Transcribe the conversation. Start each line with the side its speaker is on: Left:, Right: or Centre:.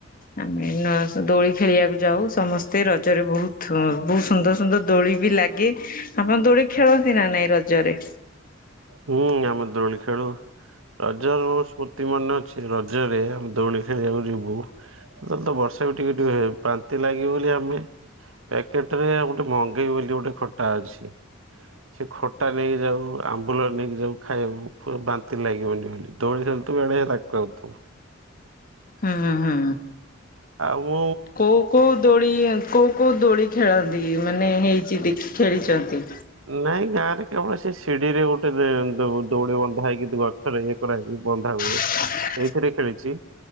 Left: ଆମେ ନସ ଦୋଳି ଖେଳିବାକୁ ଯାଉ ସମସ୍ତେ। ତେ ରଜରେ ବହୁତଥୁଆ ବହୁତ ସୁନ୍ଦର ସୁନ୍ଦର ଦୋଳି ବି ଲାଗେ। ଆପଣ ଦୋଳି ଖେଳନ୍ତି ନା ନାଇଁ ରଜରେ?
Right: ହୁଁ ଆମେ ଦୋଳି ଖେଳୁ। ରଜର ମୋ ସ୍ମୃତି ମନେ ଅଛି। ରଜରେ ଆମେ ଦୋଳି ଖେଳିବାକୁ ଯିବୁ। ତାହେଲେ ତ ବର୍ଷା ବି ଟିକେ ଟିକ ହୁଏ। ପାନ୍ ତି ଲାଗିବ ବୋଲି ଆମେ ପ୍ୟାକେଟରେ ଗୋଟେ ମଗେଇ ବୋଲି ଗୋଟେ ଖଟା ଅଛି। ସେ ଖଟା ନେଇକି ଯାଉ, ଆମ୍ବୁଲ ନେଇକି ଯାଉ ଖାଇବାକୁ ପ ବାନ୍ତି ଲାଗିବନି ବୋଲି। ଦୋଳି ସେମିତି ବାଡାଏ। ପାକୁ ଆଉଥୁ
Left: ହୁଁଁ ହୁଁ।
Right: ଆଉ ମୁଁ
Left: କୋଉ କୋଉ ଦୋଳି କୋଉ କୋଉ ଦୋଳି ଖେଳନ୍ତି ମାନେ ହେଇଚି ଦେଖି ଖେଳିଚନ୍ତି।
Right: ନାଇଁ ଗାଁ ରେ କେବଳ ସେ ସିଡିି ରେ ଗୋଟେ ଦେ ଦ-ଦଉଡି ବନ୍ଧା ହେଇକି ଗଛରେ ଇଏ କରାହକି ବନ୍ଧା ହୁଏ।
Left: ହଁ।
Right: ଏଇଥିରେ ଖେଳିଚି।